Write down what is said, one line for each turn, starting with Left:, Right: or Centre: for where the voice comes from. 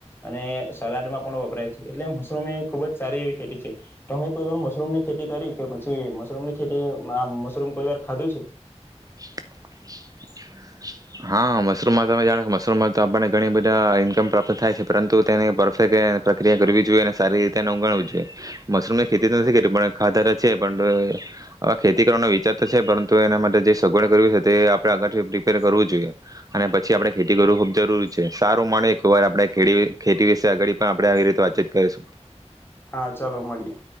Left: અને સલાડમાં પણ વપરાય છે એટલે મશરૂમ એ ખુબ જ સારી એવી ખેતી છે તોમે કોઈ વાર મશરૂમ ની ખેતી કરી કે પછી મશરૂમ ની ખેતી મશરૂમ કોઈ વાર ખાધું છે
Right: <inaudible> હા મશરૂમ માં તો તમે જાણો મશરૂમ માં તો આપણને ઘણી બધા ઈન્કમ પ્રાપ્ત થાય છે પરંતુ તેને પરફેક્ટ પ્રક્રિયા કરવી જોઈએ અને સારી રીતેને ઉગાણવું જોઈએ મશરૂમ ની ખેતી તો નથી કરી પણ ખાધા તો છે પણ અવા ખેતી કરવાનો વિચાર તો છે પરંતુ એના માટે જે સગવડ કરવી છે તે આપણે આગળથી પ્રિપેર કરવું અને પછી આપડણે ખેતી કરવું ખુબ જરૂરી છે સારું મા એક વાર આપણે ખેતી વિશે આગ પણ આપણે આવી રીતે વાતચીત કરીશું
Left: હા ચાલો મળીએે